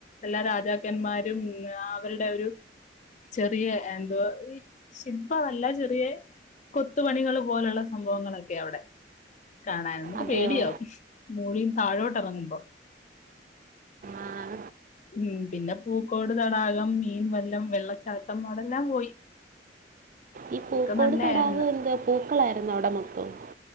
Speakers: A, on the left; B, on the right.
A: എല്ലാ രാജാക്കന്മാരും അവരുടെ ഒരു ചെറിയ എന്തോ ഈ ശില്പ അല്ല ചെറിയ കൊത്തുപണികൾ പോലുള്ള സംഭവങ്ങളൊക്കെ അവിടെ കാണാൻ നമുക്ക്
B: അതെയോ
A: പേടിയാവുമോളിന്ന് താഴോട്ട് ഇറങ്ങുമ്പോ
B: ആഹ
A: ഉം പിന്നെ പൂക്കോട് തടാകം മീൻ വല്ലം വെള്ളച്ചാട്ടം അവിടെല്ലാം പോയി
B: ഈ പൂക്കോട്
A: ഒക്കെ നല്ലായിരുന്നു
B: തടാകം എന്ത് പൂക്കളായിരുന്നു അവിടെ മൊത്തവും